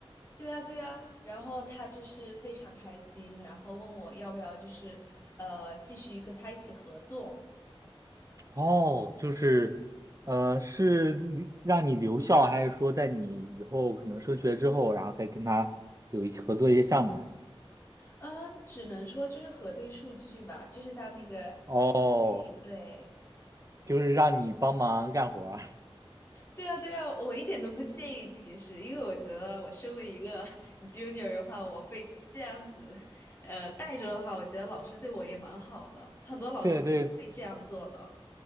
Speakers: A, on the left (about 25°); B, on the right (about 35°).
A: 对啊，对啊。然后他就是非常开心，然后问我要不要就是呃继续跟他一起合作。
B: 哦，就是，呃，是留让你留校，还是说在你以后可能升学之后，然后再跟他有一些合作一些项目呀？
A: 嗯，只能说就是核对数据吧，就是他那个，哎，
B: 哦，
A: 对。
B: 就是让你帮忙干活儿 <laughs>
A: 对呀，对呀，我一点都不介意歧视，因为我觉得我身为一个 <laughs> junior 的话，我被这样子，呃，带着的话，我觉得老师对我也蛮好的，很多老师不会这样做的。
B: 对对